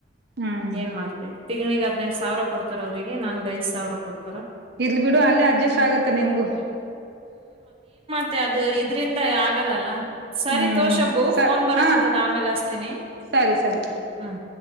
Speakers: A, on the right; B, on the right.
A: ಹ್ಮ್
B: ಏನ್ ಮಾಡ್ತ ತಿಂಗಳಿಗೆ ಹದ್ನೆಂಟಟ್ ಸಾವಿರ ಕೊಡ್ತಾರ ಅವ್ರಿಗೆ ನನ್ಗೆ ಐದ್ ಸಾವಿರ ಕೊಡ್ತ
A: ಇರ್ಲ್ ಬಿಡು ಅಲ್ಲೇ ಅಡ್ಜಸ್ಟ್ ಆಗತ್ತೆ ನಿಮ್ಗು
B: ಮತ್ತೆ ಅದು ಇದ್ರಿಂದ ಆಗಲ್ಲಲ್ಲ ಸರಿ
A: ಹ್ಮ್
B: ತೋಶಬು
A: ಸರಿ
B: ಫೋನ್ ಬರಕತ್ತದ
A: ಹಾ
B: ಆಮೇಲೆ ಹಸ್ತೀನಿ
A: ಸರಿ ಸರಿ
B: ಹ್ಮ್